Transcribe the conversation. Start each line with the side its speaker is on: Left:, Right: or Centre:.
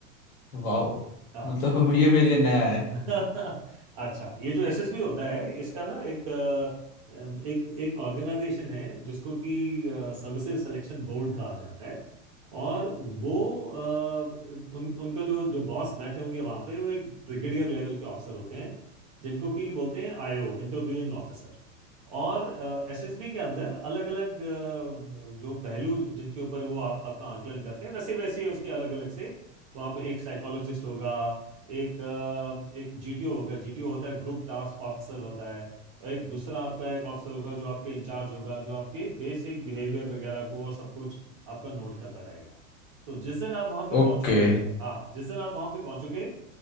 Left: वाह
Right: हाँ
Left: मतलब <laughs> ये मेरे लिए नया है
Right: <laughs> अच्छा ये जो एसएसबी होता है इसका ना एक अ, अम, एक एक ऑर्गेनाइजेशन है जिसको कि सर्विसेज सिलेक्शन बोर्ड कहा जाता है और वो अ, उन उनका जो जो बॉस बैठे होंगे वहां पे वो एक ब्रिगेडियर लेवल के ऑफिसर होते हैं जिनको कि बोलते हैं आईओ इंटरव्यूइंग ऑफिसर और एसएसबी के अंदर अलग अलग जो पहलू ज- जिनके ऊपर वो आप आपका आकलन करते हैं वैसे वैसे उसके अलग अलग से वहाँ पे एक साइकोलॉजिस्ट होगा एक अ, एक जीटीओ होगा जीटीओ होता है ग्रुप टास्क ऑफिसर होता है और एक दूसरा आपका एक ऑफिसर होगा जो आपके इंचार्ज होगा जो आपके बेसिक बिहेवियर वगैरह को और सब कुछ आपका नोट करता रहेगा तो जिस दिन आप वहाँ पे पहुंचोगे
Left: ओके
Right: हाँ जिस दिन आप वहाँ पे पहुंचोगे